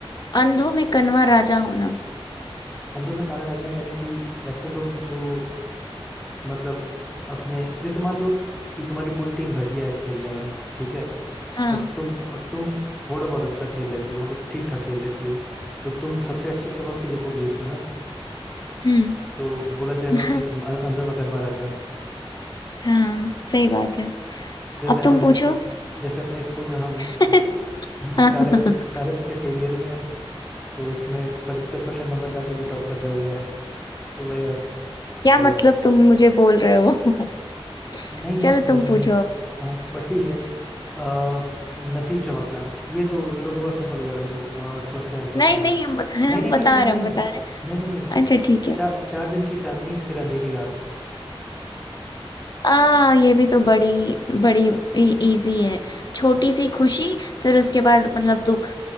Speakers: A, on the left; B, in the centre.
A: अंधों में कन्वा राजा होना
B: अंधों में काना राजा यानी कि ऐसे लोग जो मतलब अपने जैसे मान लो कि तुम्हारी पूरी टीम घटिया है खेलने में ठीक है
A: हाँ
B: और तुम और तुम थोड़ा बहुत अच्छा खेल लेती हो मतलब ठीक ठाक खेल लेती हो तो तुम सबसे अच्छी चमक के दिखोगी उसमें ना
A: हम्म
B: तो बोला जाएगा
A: हाँ
B: कि तुम अ- अंधों में कनवा राजा
A: हाँ, सही बात है
B: जैसे
A: अब
B: हम
A: तुम पूछो
B: हैं जैसे अपने स्कूल में हम हैं
A: <laughs>
B: कि
A: हम्म
B: सारे बच्चे सारे बच्चे फेलियर ही हैं तो उसमें पचहत्तर परसेंट नंबर ला के भी टॉप कर जाओगे तो वही बात
A: क्या
B: वही
A: मतलब
B: बात है
A: तुम मुझे बोल रहे हो <laughs>
B: नहीं नहीं
A: चलो तुम
B: वन नहीं
A: पूछो
B: नहीं।
A: अब
B: हाँ बट ठीक है आ, नसीब चमकना ये तो रुको बहुत सिंपल हो जा रहा है रुको आ, सोचते हैं सोचते
A: नहीं
B: हैं
A: नहीं हम बता रहे
B: नहीं
A: हम
B: नहीं
A: बता
B: नहीं नहीं
A: रहे
B: नहीं
A: हम बता
B: नहीं
A: रहे
B: नहीं नहीं नहीं
A: अच्छा ठीक है
B: चार चार दिन की चांदनी फिर अंधेरी रात
A: आ ये भी तो बड़ी बड़ी इजी है छोटी सी खुशी फिर उसके बाद मतलब दुख